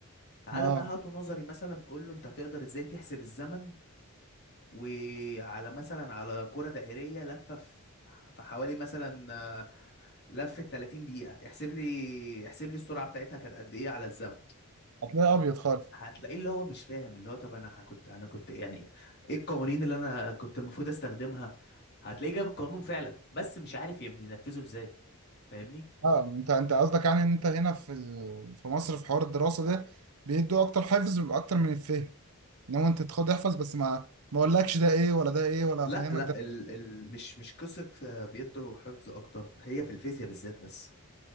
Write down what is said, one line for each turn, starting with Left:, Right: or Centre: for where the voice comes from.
Left: تعالى
Right: اه
Left: بقى هاته نظري مثلا قول له انت هتقدر ازاي تحسب الزمن وعلى مثلا على كرة دائرية لفة في في حوالي مثلا آه، لفة 30 دقيقة احسب لي احسب لي السرعة بتاعتها كانت قد ايه على الزمن
Right: هتلاقي ابيض خالص
Left: هتلاقيه اللي هو مش فاهم اللي هو طب انا كنت انا كنت يعني ايه القوانين اللي انا كنت المفروض استخدمها هتلاقيه جاب القانون فعلا بس مش عارف يم- ينفذه ازاي فاهمني
Right: اه انت انت قصدك يعني ان انت هنا في ال- في مصر في حوار الدراسه ده بيدوا اكتر حفظ اكتر من الفهم ان هو انت تاخد احفظ بس ما ما اقولكش ده ايه ولا ده ايه ولا
Left: لا
Right: افهمك
Left: لا
Right: ده
Left: ال ال مش مش قصة آه، بيدوا حفظ أكتر هي في الفيزياء بالذات بس